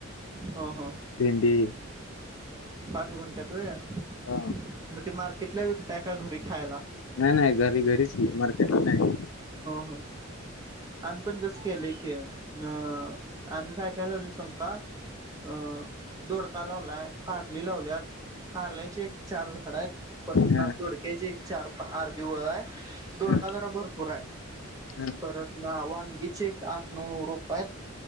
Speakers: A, on the right; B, on the left.
A: हा हा.
B: भेंडी
A: पाच गुंट्यात होय
B: हा
A: मग ते मार्केटला विकतय, का घरी खायला?
B: नाही नाही घरी घरीच मार्केट ला नाही.
A: हो हो आम्ही पण तस केले की, अ आम्ही काय- काय लावले सांगू का? अ दोडका लावलाय. कारली लावल्यात कारल्याची एक चार झाड आहेत. प दोडक्याची
B: हा
A: एक चार आर् दिवस आहे दोडका
B: हा
A: जरा भरपू पुरा आहे
B: हा
A: परत ना वांगीचे आठ -नऊ रोप हेत.